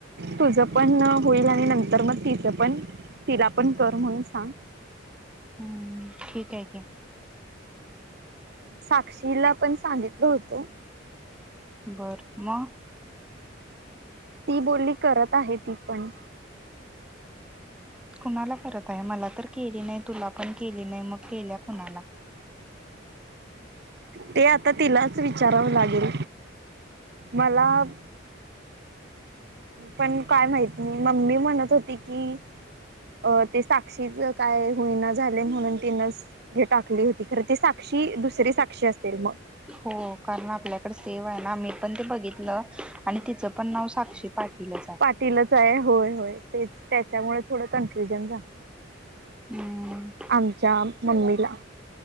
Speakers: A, on the right; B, in the centre.
A: तुझ पण होईल आणि नंतर मग तिचं पण तिला पण कर म्हणून सांग
B: हम्म ठीक आहे की
A: साक्षीला पण सांगितल होतो.
B: बर म
A: ती बोलली, करत आहे ती पण,
B: कुणाला करत आहे मला तर केली नाही तुला पण केली नाही मग केल्या कुणाला
A: ते आता तिलाच विचारावं लागेल, मला हम् पण काय माहित म मम्मी म्हणत होती की, अ ते साक्षी काय होईना झालय म्हणून तिनच हे टाकली होती खर ती साक्ष ती दुसरी साक्षी असेल म
B: हो कारण आपल्याकड सेव्ह आहे ना मी पण ते बघितलं आणि तिचं पण नाव साक्षी, पाटीलच आहे
A: पाटीलच हाय होय होय तेच त्याच्यामुळे थोडं कन्फ्युजन झालं.
B: हम्म
A: आमच्या मम्मीला